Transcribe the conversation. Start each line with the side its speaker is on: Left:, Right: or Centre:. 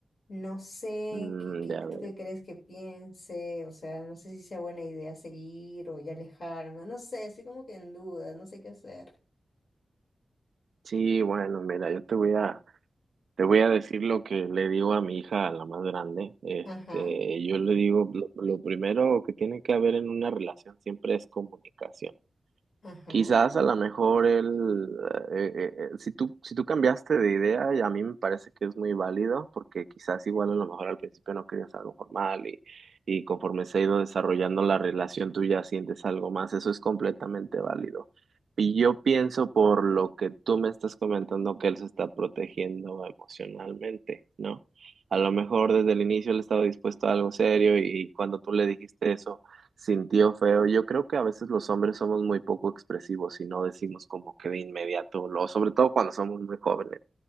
Left: No sé,
Right: Mm,
Left: ¿qué, qué-
Right: ya veo.
Left: tú qué crees que piense? O sea, no sé si sea buena idea seguir o ya alejarme. No sé, estoy como que en duda, no sé qué hacer.
Right: Sí, bueno, mira, yo te voy a te voy a decir lo que le digo a mi hija, a la más grande. Este,
Left: Ajá,
Right: yo le digo lo, lo primero que tiene que haber en una relación siempre es comunicación.
Left: ajá,
Right: Quizás a lo mejor el, eh, eh, eh, si tú, si tú cambiaste de idea, y a mí me parece que es muy válido, porque quizás igual a lo mejor al principio no querías algo formal y, y conforme se ha ido desarrollando la relación tú ya sientes algo más, eso es completamente válido. Y yo pienso por lo que tú me estás comentando que él se está protegiendo emocionalmente, ¿no? A lo mejor desde el inicio él estaba dispuesto a algo serio y cuando tú le dijiste eso Sintió feo. Yo creo que a veces los hombres somos muy poco expresivos y no decimos como que de inmediato, lo, sobre todo cuando somos muy jóvenes,